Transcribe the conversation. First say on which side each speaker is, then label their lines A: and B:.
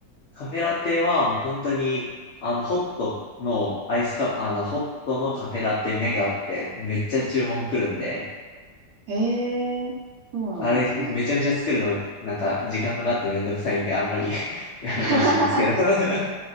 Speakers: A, on the left; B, on the right.
A: カフェラテはもう本当に、あの、ホットのアイスカ、あの、ホットのカフェラテメガってめっちゃ注文来るんで、
B: ええそうなんですね。
A: あれ、めちゃめちゃ作るの、なんか、時間かかってめんどくさいんで、あんまり <laughs> やめてほしいんですけど。
B: <laughs>
A: <laughs>